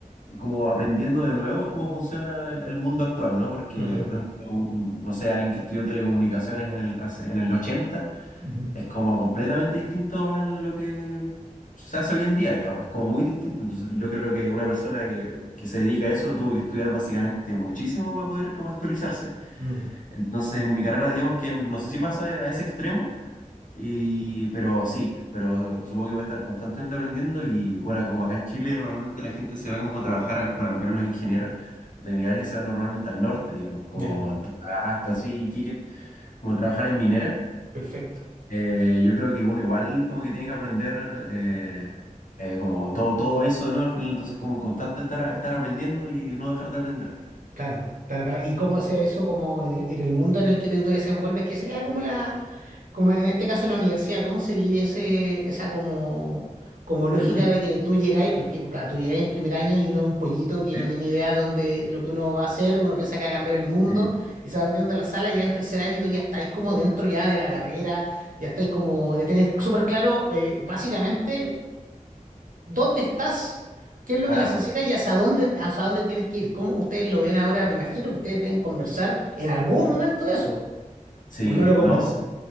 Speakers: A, on the left (about 70°); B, on the right (about 75°).
A: como aprendiendo de nuevo cómo funciona el, el mundo actual, ¿no? Porque,
B: Ujú,
A: por ejemplo, un- no sé, alguien que estudió telecomunicaciones en el, hace- en el 80
B: ujú,
A: es como completamente distinto a lo que se hace hoy en día, digamos, es como muy distinto. Entonces yo creo que una persona que, que se dedica a eso tuvo que estudiar básicamente muchísimo para poder como actualizarse.
B: mm,
A: Entonces, en mi carrera, digamos que no sé si pasa a ese extremo, y, pero sí, pero supongo que voy a estar constantemente aprendiendo y bueno, como acá en Chile normalmente la gente se va como a trabajar, a- bueno, al menos los ingenieros de mi área se van normalmente al norte, digamos, como
B: ya,
A: Antofagasta, así, Iquique, como a trabajar en minera.
B: perfecto.
A: Eh, yo creo que uno igual como que tiene que aprender eh, eh, como todo, todo eso de nuevo al final, entonces como en constante estar, estar aprendiendo y no dejar de aprender.
B: Claro, claro, claro. ¿Y cómo hace eso como en el, en el mundo en el que te, te desenvuelves? Que sería como la, como en este caso la universidad, ¿cómo se vive ese, esa como, como lógica
A: <clears throat>
B: de que tú llegáis, porque pues, claro, tú llegáis en primer año y uno es un pollito que
A: Sí,
B: no tiene idea de dónde, lo que uno va a hacer, uno piensa que va a cambiar el mundo
A: sí.
B: y se va metiendo en la sala y ya en tercer año tú ya estáis como dentro ya de la carrera, ya estáis como, ya tenés súper claro eh, básicamente dónde estás. ¿Qué es lo
A: Parados.
B: que necesitas y hacia dónde, hacia dónde tienes que ir? ¿Cómo ustedes lo ven ahora? Me imagino que ustedes deben conversar en algún momento de eso,
A: Sí,
B: o no lo conversan.
A: no,